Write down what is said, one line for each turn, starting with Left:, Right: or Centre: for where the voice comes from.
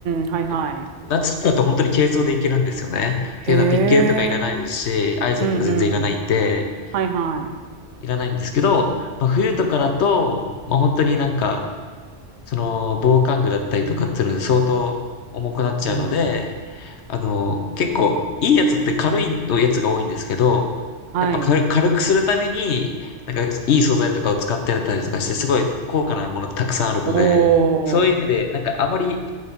Right: ん。はいはい。
Left: え夏だと本当に軽装でいけるんですよね。
Right: へえ。
Left: っていうのはピッケルとかいらないですし、アイゼンとか全然いらないんで、
Right: うんうん。はいは
Left: いらないんですけど、まあ、冬とかだと、まあ、本当になんか、その防寒具だったりとかっていうので相当重くなっちゃうので、
Right: い。うん。
Left: あの、結構いいやつって軽いのやつが多いんですけど、
Right: はい。
Left: やっぱ軽軽くするために、なんかいい素材とかを使ってやったりとかして、すごい高価なものたくさんあるので、
Right: おお。
Left: そういう意味で、なんかあまり